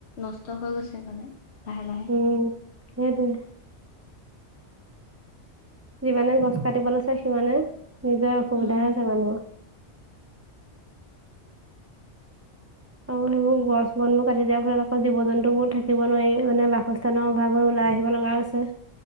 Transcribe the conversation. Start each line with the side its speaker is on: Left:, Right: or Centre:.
Left: নষ্ট হৈ গৈছে মানে লাহে লাহে।
Right: উম সেইটোৱে যিমানে গছ কাটিব লৈছে সিমানে নিজৰ অসুবিধা
Left: উম
Right: আছে মানুহৰ। অ। এইবোৰ গছ - বনবোৰ কাটি দিয়াৰ ফলত আকৌ জীৱ -জন্তুবোৰ থাকিব নোৱাৰি মানে বাসস্থানৰ অভাৱে ওলাই আহিব লগা হৈছে।